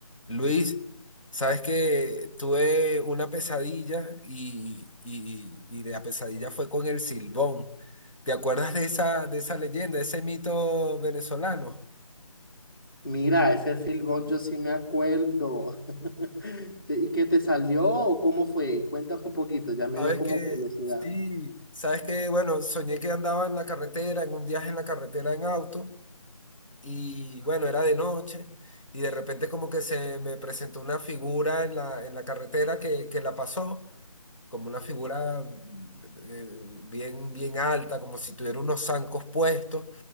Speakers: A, on the left; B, on the left.
A: Luis, sabes que tuve una pesadilla y, y, y la pesadilla fue con el Silbón. ¿Te acuerdas de esa, de esa leyenda, de ese mito venezolano?
B: Mira, ese silbón yo sí me acuerdo. <laughs> ¿Te- ¿Y qué te salió o cómo fue? Cuéntame un poquito, ya me
A: Sabes
B: dio como
A: que,
B: curiosidad.
A: sí, sabes que, bueno, soñé que andaba en la carretera, en un viaje en la carretera en auto, y bueno, era de noche, y de repente como que se me presentó una figura en la, en la carretera que, que la pasó. como una figura eh, bien, bien alta, como si tuviera unos zancos puestos.